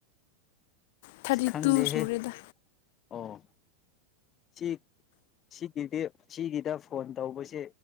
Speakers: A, on the left (about 50°); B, on the left (about 30°).
A: ꯊꯥꯔꯇꯤ
B: ꯁꯤ ꯈꯪꯗꯦ
A: ꯇꯨ
B: ꯍꯦ
A: ꯁꯨꯔꯦꯗ
B: ꯑꯣ ꯁꯤ ꯁꯤ ꯁꯤꯒꯤꯗꯤ ꯁꯤꯒꯤꯗ ꯐꯣꯟ ꯇꯧꯕꯁꯦ